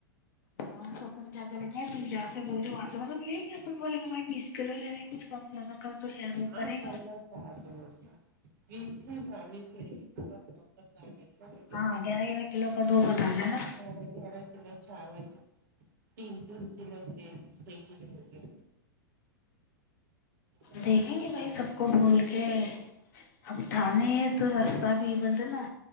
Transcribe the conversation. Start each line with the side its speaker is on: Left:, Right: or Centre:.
Left: ہاں تو اپن کیا کریں گے پیار سے بول وہاں سے ملب لیں گے بولیں گے بھائی بیس کلو لے رہے ہیں کچھ کم زیادہ کر تو شاید وہ
Right: ہاں
Left: کرے
Right: چل
Left: گا
Right: اب مجھے بیس میں بس میں لیں گے نا <inaudible>
Left: ہاں گیارہ گیارہ کلو کا دو بنا ہے نہ
Right: بارہ گیارہ کلو چاول تین تین کلو تیل چھ کلو ہوگیا اور
Left: دیکھیں گے
Right: چاول
Left: بھائی سب کو بول کے اب ٹھانے ہے تو رستہ بھی بولتے نا